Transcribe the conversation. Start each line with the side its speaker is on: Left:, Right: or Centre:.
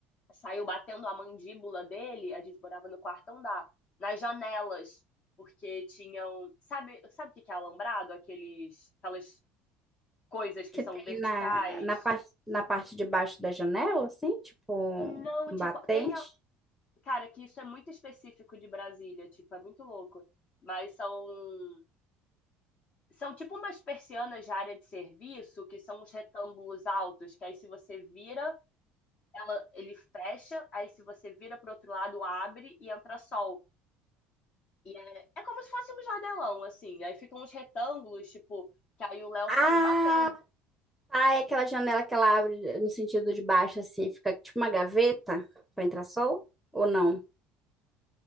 Left: saiu batendo a mandíbula dele, a gente morava no quarto andar, nas janelas, porque tinham, sabe, sabe o que que é alambrado? Aqueles, aquelas coisas que
Centre: Que
Left: são
Centre: tem
Left: verticais.
Centre: na, na, parte, na parte de baixo da janela, assim, tipo
Left: Não,
Centre: um
Left: tipo,
Centre: batente.
Left: tem, a- cara, que isso é muito específico de Brasília, tipo, é muito louco. Mas são, são tipo umas persianas de área de serviço, que são uns retângulos altos, que aí se você vira, ela, ele fecha, aí se você vira pro outro lado, abre e entra sol. E é, é como se fosse um janelão, assim. Aí ficam uns retângulos, tipo, que aí o Léo
Centre: Ah,
Left: saiu batendo.
Centre: tá, é aquela janela que ela abre no sentido de baixo, assim, fica tipo uma gaveta para entrar sol? Ou não?